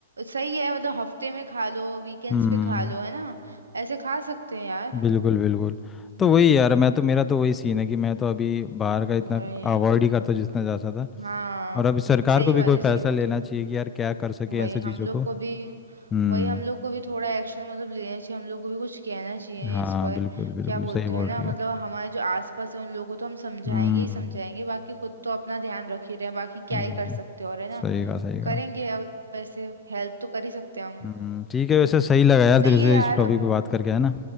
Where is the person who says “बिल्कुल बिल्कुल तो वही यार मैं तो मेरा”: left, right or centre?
Left